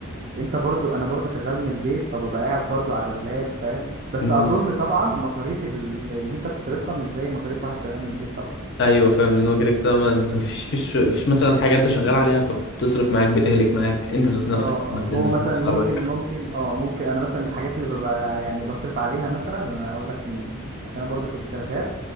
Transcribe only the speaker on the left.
مم.
ايوه فاهم لان هو كده كده ما فيش فيش فيش مثلا حاجه انت شغال عليها فبتصرف معاك بتهلك معاك انت ذات نفسك
لما بتنزل
تتحرك